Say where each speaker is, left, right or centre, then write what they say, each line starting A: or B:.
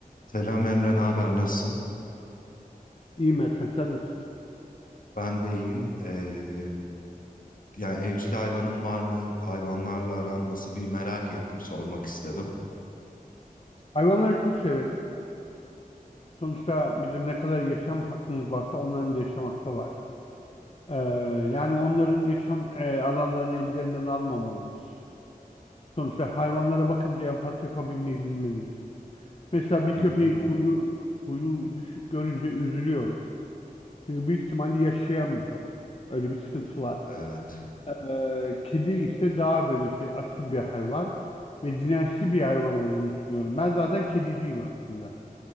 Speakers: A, on the left; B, on the left.
A: Selam Emre, ne haber? Nasılsın?
B: İyiyim Erkan, sen nasılsın?
A: Ben de iyiyim. Ee, ya evcil hayvanın var mı? Hayvanlarla aran nasıl? Bir merak ettim, sormak istedim.
B: Hayvanları çok severim. Sonuçta bizim ne kadar yaşam hakkımız varsa onların da yaşam hakkı var. Ee, yani onların yaşam e, alanlarını ellerinden almamalıyız. Sonuçta hayvanlara bakınca empati yapabilmeyi bilmeliyiz. Mesela bir
A: Hı
B: köpeği
A: hı.
B: kuyruğu, kuyruğu düşük görünce üzülüyorum. Çünkü büyük ihtimalle yaşayamıyor. Öyle bir sıkıntısı var.
A: Evet.
B: Ee, kedi ise daha böyle şey asil bir hayvan ve dirençli bir hayvan olduğunu düşünüyorum. Ben zaten kediciyim aslında.